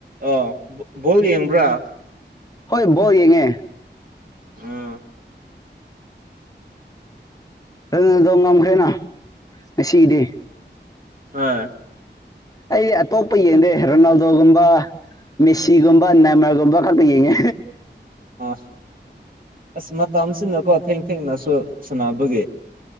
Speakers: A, on the right; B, on the left.
A: ꯑ ꯕꯣꯜ ꯌꯦꯡꯕ꯭ꯔꯥ
B: ꯍꯣꯏ ꯕꯣ ꯌꯦꯡꯉꯦ
A: ꯑꯥ
B: ꯑꯗꯨꯅꯗꯣ ꯉꯝꯈ꯭ꯔꯦꯅ ꯉꯁꯤꯒꯤꯗꯤ
A: ꯑ
B: ꯑꯩ ꯑꯇꯣꯞꯄ ꯌꯦꯡꯗꯦ ꯔꯣꯅꯥꯜꯗꯣꯒꯨꯝꯕ ꯃꯦꯁꯤꯒꯨꯝꯕ ꯅꯃꯒꯨꯝꯕ ꯈꯔꯄ ꯌꯦꯉꯦ
A: ꯑ ꯑꯁ ꯃꯇꯝꯁꯤꯅꯀꯣ ꯊꯦꯡ ꯊꯦꯡꯅꯁꯨ ꯁꯨꯅꯕꯒꯤ